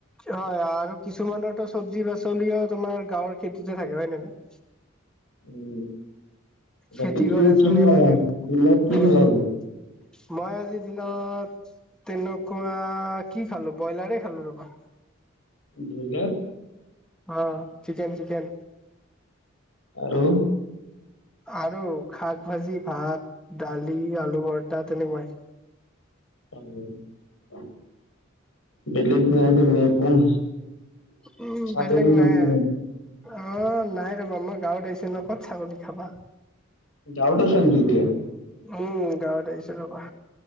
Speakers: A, in the centre; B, on the left (about 80°).
A: হয় আৰু কিছুমানৰতো চব্জি পাচলিয়ে তোমাৰ গাঁৱৰ খেতিতে থাকে হয় নে নহয়?
B: উম
A: খেতি
B: বাকী তোৰ
A: কৰে
B: কি
A: যোনে
B: খেলা,
A: মানে
B: দিনত কি
A: বহুত
B: খালা
A: বহুত
B: আজি?
A: মই আজিৰ দিনত তেনেকুৱা কি খালো? ব্ৰইলাৰে খালো ৰবা।
B: বেলেগ।
A: হা চিকেন চিকেন।
B: আৰু
A: আৰু শাক ভাজি ভাত দালি আলু পৰটা তেনেকুৱাই।
B: <unintelligible> বেলেক নাইটো মই হে। <unintelligible>
A: উম
B: চাগলী
A: বেলেগ
B: মাংস
A: নাই
B: নিম
A: অ, নাই ৰ'বা মই গাঁৱত আহিছিলোঁ ক'ত ছাগলী খাবা।
B: যাওঁটো চাগে তেতিয়া।
A: উম, গাঁৱত আহিছোঁ ৰ'বা।